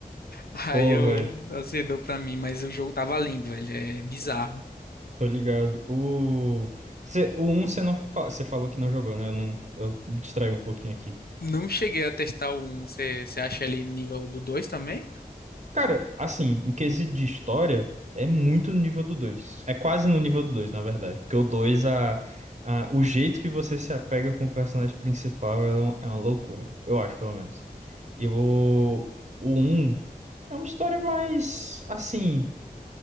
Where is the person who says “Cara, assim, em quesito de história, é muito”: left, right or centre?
Right